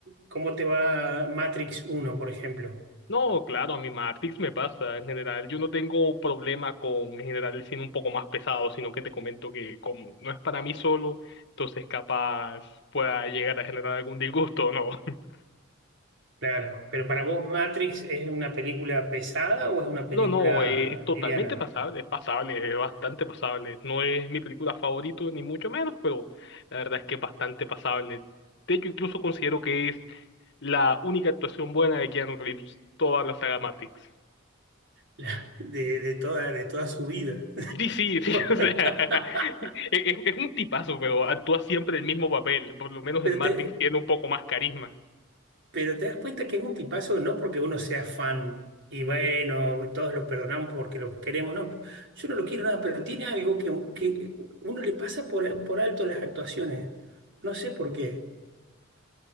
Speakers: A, on the right; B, on the left.
A: ¿cómo te va Matrix uno por ejemplo?
B: No, claro, a mi Matrix me pasa. En general, yo no tengo problema con en general el cine un poco más pesado, sino que te comento que como no es para mí solo, entonces capaz pueda llegar a generar algún disgusto, o ¿no? <laughs>
A: Claro, pero para vos Matrix es una película pesada o es una película
B: No, no, eh, es totalmente
A: liviana?
B: pasable, es pasable, es bastante pasable. No es mi película favorita, ni mucho menos, pero la verdad es que es bastante pasable. De hecho, incluso considero que es la única actuación buena de Keanu Reeves, toda la saga Matrix.
A: <laughs> De, de toda, de toda su vida.
B: Sí, sí, sí,
A: <laughs>
B: <laughs> o sea, es, es un tipazo, pero actúa siempre el mismo papel, por lo menos
A: Pero
B: en Matrix
A: te,
B: tiene un poco más carisma.
A: Pero te das cuenta que es un tipazo, no porque uno sea fan y bueno, todos lo perdonamos porque lo queremos, no. Yo no lo quiero nada, pero tiene algo que, que uno le pasa por, por alto las actuaciones. No sé por qué.